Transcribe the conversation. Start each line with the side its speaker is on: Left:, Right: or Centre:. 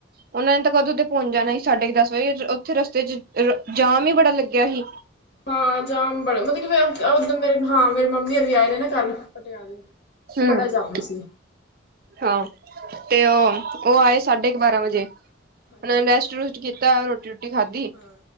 Right: ਉਹਨਾਂ ਨੇ ਤਾਂ ਕਦੋਂ ਦੇ ਪਹੁੰਚ ਜਾਣਾ ਸੀ ਸਾਡੇ ਕ ਦਸ ਵਜੇ, ਓਥੇ ਰਸਤੇ 'ਚ ਜਾਮ ਈ ਬੜਾ ਲੱਗਿਆ ਸੀ।
Left: ਹਾਂ ਜਾਮ ਬੜਾ ਮਤਲਬ ਕਿ ਓਦਨ ਮੇ ਹਾਂ ਮੇਰੇ ਮੰਮੀ ਹੋਣੀ ਵੀ ਆਏ ਦੇ ਨਾ ਕੱਲ ਪਟਿਆਲੇ।
Right: ਹੂ
Left: ਬੜਾ ਜਾਮ ਸੀ
Right: ਹਾਂ ਤੇ ਓ ਓ ਆਏ ਸਾਢੇ ਕੁ ਬਾਰਾਂ ਵਜੇ।
Left: ਅੱਛਾ
Right: ਓਨਾਂ ਨੇ ਰੈਸਟ ਰੂਸਟ ਕੀਤਾ ਰੋਟੀ ਰੂਟੀ ਖਾਧੀ।
Left: ਹਾਂ